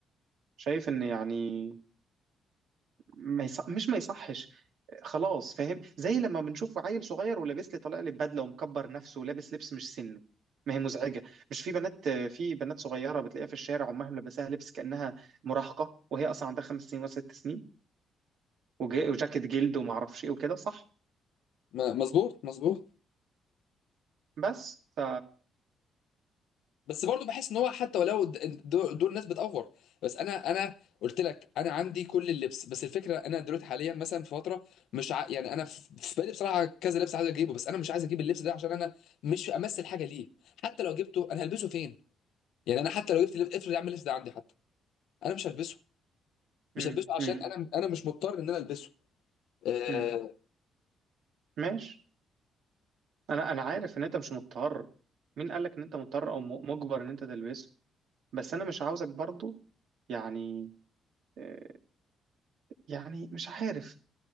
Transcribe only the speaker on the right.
شايف ان يعني ما يصح مش ما يصحش خلاص فاهم زي لما بنشوف عيل صغير ولابس لي طلقه بدله ومكبر نفسه ولابس لبس مش سنه ما هي مزعجه مش في بنات في بنات صغيره بتلاقيها في الشارع امها ملبساها لبس كانها مراهقه وهي اصلا عندها خمس سنين وست سنين وجا- وجاكيت جلد وما اعرفش ايه وكده صح
بس ف
مم.
مم.
مم. ماشي انا انا عارف ان انت مش مضطر مين قال لك ان انت مضطر او م- مجبر ان انت تلبسه بس انا مش عاوزك برضو يعني آه، يعني مش عارف